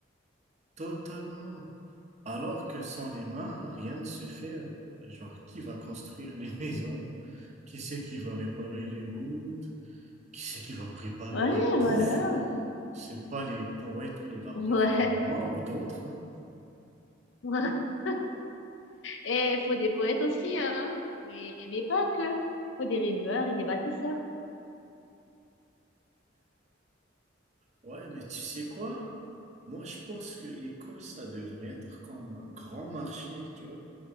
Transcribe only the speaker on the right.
Totalement. Alors que sans les mains, rien ne se fait, hein. Euh, Genre, qui va construire les <laughs> maisons? Qui c'est qui va réparer les routes? Qui c'est qui va préparer
la bouffe?
C'est pas les poètes ou les rappeurs
comme moi ou d'autres, hein.
Ouais, mais tu sais quoi? Moi, je pense que l'école, ça devrait être comme un grand marché, tu vois.